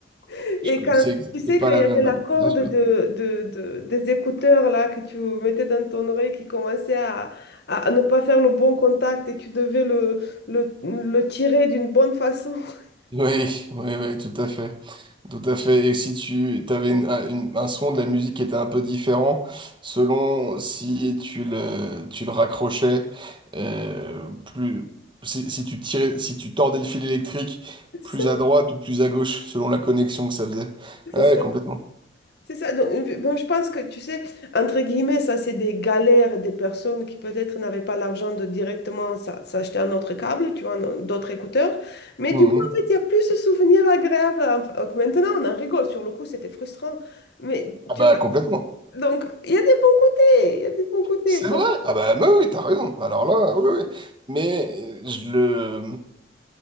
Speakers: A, on the left; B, on the right.
A: <laughs> Et
B: Je-
A: quand,
B: c'est
A: tu sais,
B: c'est pas
A: quand
B: la
A: il y avait
B: même
A: la corde
B: bien sûr
A: de, de, de- des écouteurs là que tu mettais dans ton oreille qui commençait à, à- à ne pas faire le bon contact et tu devais le, le, le tirer d'une bonne façon. <laughs>
B: Oui, oui, oui, tout à fait. Tout à fait. Et si tu avais un son de la musique qui était un peu différent, selon si tu le, tu le raccrochais, euh, plus, si, si tu tirais, si tu tordais le fil électrique
A: C'est
B: plus
A: ça,
B: à droite ou plus à gauche, selon la connexion que ça faisait.
A: c'est
B: Ah Ouais,
A: ça.
B: complètement.
A: C'est ça. Donc, euh, bon, je pense que, tu sais, entre guillemets, ça, c'est des galères des personnes qui peut-être n'avaient pas l'argent de directement s'a- s'acheter un autre câble, tu vois, un- d'autres écouteurs. Mais
B: Mhm.
A: du coup, en fait, il y a plus ce souvenir agréable. à- à- que Maintenant, on en rigole. Sur le coup, c'était frustrant. Mais,
B: Ah
A: tu
B: bah,
A: vois,
B: complètement.
A: donc, il y a des bons côtés. Il y a des bons côtés.
B: C'est
A: Faut-
B: vrai. Ah bah, mais oui, t'as raison. Alors là, oui, oui. Mais euh, je le,